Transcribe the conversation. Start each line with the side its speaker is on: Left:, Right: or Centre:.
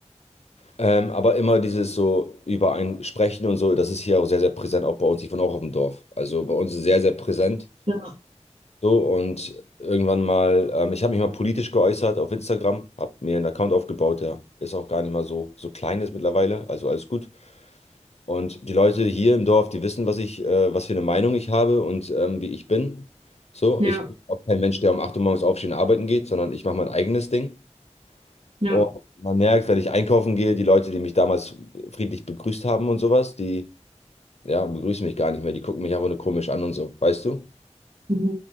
Left: Ähm, aber immer dieses so über ein Sprechen und so, das ist hier auch sehr, sehr präsent, auch bei uns. Ich wohne auch auf dem Dorf. Also bei uns ist sehr, sehr präsent
Right: Ja,
Left: So, und irgendwann mal, ähm, ich habe mich mal politisch geäußert auf Instagram, habe mir einen Account aufgebaut, der ist auch gar nicht mal so, so klein ist mittlerweile, also alles gut. Und die Leute hier im Dorf, die wissen, was ich, äh, was für eine Meinung ich habe und ähm, wie ich bin. So,
Right: ja,
Left: ich bin auch kein Mensch, der um 8 Uhr morgens aufstehen und arbeiten geht, sondern ich mache mein eigenes Ding.
Right: ja.
Left: Und man merkt, wenn ich einkaufen gehe, die Leute, die mich damals friedlich begrüßt haben und sowas, die, ja, begrüßen mich gar nicht mehr, die gucken mich einfach nur komisch an und so, weißt du?
Right: Mhm.